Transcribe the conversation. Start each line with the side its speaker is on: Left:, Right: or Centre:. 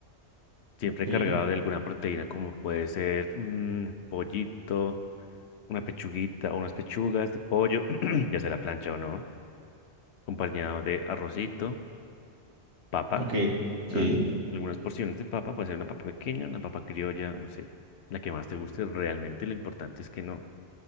Left: siempre
Right: Sí,
Left: cargado de alguna proteína como puede ser un pollito, una pechuguita o unas pechugas de pollo, <clears throat> ya sea la plancha o no, acompañado de arrocito, papa,
Right: ok, sí.
Left: en algunas porciones de papa, puede ser una papa pequeña, una papa criolla, no sé, la que más te guste, realmente lo importante es que no